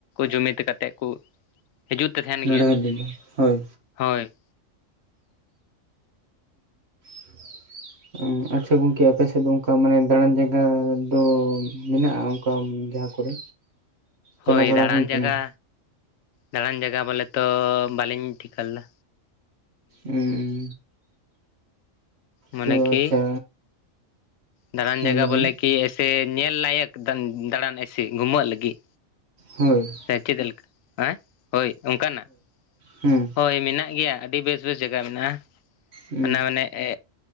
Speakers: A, on the left; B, on the right.
A: ᱡᱩᱢᱤᱫ ᱠᱟᱛᱮᱜ ᱠᱩ ᱦᱤᱡᱩᱜ ᱛᱮ ᱛᱟᱦᱮᱱ ᱜᱮᱭᱟ᱾
B: ᱞᱟᱹᱲᱦᱟᱹᱭ ᱞᱮᱫᱟ ᱦᱳᱭ
A: ᱦᱳᱭ
B: <inaudible> ᱟᱪᱪᱷᱟ ᱜᱚᱝᱠᱮ ᱟᱯᱮ ᱥᱮᱫ ᱚᱝᱠᱟ ᱢᱟᱱᱮ ᱫᱟᱬᱟᱱ ᱡᱟᱭᱜᱟ ᱫᱚ ᱢᱮᱱᱟᱜᱼᱟ ᱚᱝᱠᱟ ᱡᱟᱦᱟᱸ ᱠᱚᱼᱼ ᱠᱚᱨᱮ, ᱪᱟᱞᱟᱣ
A: ᱦᱳᱭ
B: ᱵᱟᱲᱟ
A: ᱫᱟᱬᱟᱱ
B: ᱦᱩᱭ ᱠᱟᱱᱟ
A: ᱡᱟᱭᱟ ᱫᱟᱬᱟᱱ ᱡᱟᱭᱟ ᱵᱚᱞᱮ ᱛᱚ ᱵᱟᱹᱞᱤᱧ ᱴᱷᱤᱠᱟᱹ ᱞᱮᱫᱟ᱾
B: ᱦᱩᱸ
A: ᱢᱟᱱᱮ
B: ᱛᱚ
A: ᱠᱤ
B: ᱟᱪᱪᱷᱟ᱾
A: ᱫᱟᱬᱟᱱ
B: ᱢᱟ
A: ᱡᱟᱭᱜᱟ
B: ᱞᱟᱹᱭ ᱵᱮᱱ
A: ᱵᱚᱞᱮ ᱠᱤ ᱮᱥᱮ ᱧᱮᱞ ᱞᱟᱭᱚᱠ ᱫᱟᱱ ᱫᱟᱬᱟᱱ ᱮᱥᱮ ᱜᱩᱢᱟᱹᱜ ᱞᱟᱹᱜᱤᱜ᱾
B: ᱦᱳᱭ
A: ᱥᱮ ᱪᱮᱫ ᱞᱮᱠᱟ ᱟᱸ ᱦᱳᱭ ᱚᱝᱠᱟᱱᱟᱜ
B: ᱦᱩᱸ
A: ᱦᱳᱭ ᱢᱮᱱᱟᱜ ᱜᱮᱭᱟ ᱟᱹᱰᱤ ᱵᱮᱥᱼᱼ ᱨᱮ ᱡᱟᱭᱜᱟ ᱢᱮᱱᱟᱜᱼᱟ,
B: ᱩᱸ
A: ᱚᱱᱟ ᱢᱟᱱᱮ ᱮ